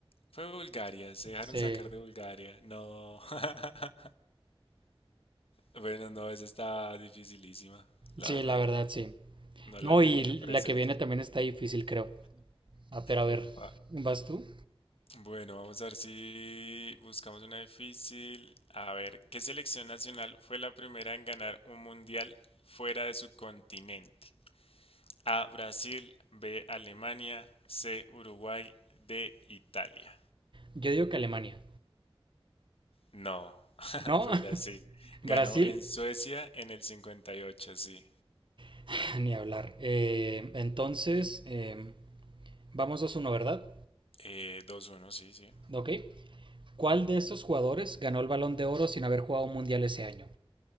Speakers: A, on the left; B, on the right.
A: Fue Bulgaria, se dejaron
B: Sí,
A: sacar de Bulgaria. No. <laughs> Bueno, no, esa está dificilísima. La
B: sí,
A: verdad,
B: la verdad
A: no,
B: sí.
A: no la
B: No,
A: tenía
B: y la
A: presente.
B: que viene también está difícil, creo. Ah, pero a ver,
A: Upa.
B: ¿vas tú?
A: Bueno, vamos a ver si buscamos una difícil. A ver, ¿qué selección nacional fue la primera en ganar un mundial fuera de su continente? A, Brasil, B, Alemania, C, Uruguay, D, Italia.
B: Yo digo que Alemania.
A: No, <laughs>
B: No,
A: fue Brasil.
B: <laughs>
A: Ganó
B: Brasil,
A: en Suecia en el 58, sí.
B: <laughs> ni hablar. Eh, entonces, eh, vamos dos uno, ¿verdad?
A: Eh, 2-1, sí, sí.
B: Ok. ¿Cuál de estos jugadores ganó el balón de oro sin haber jugado un mundial ese año?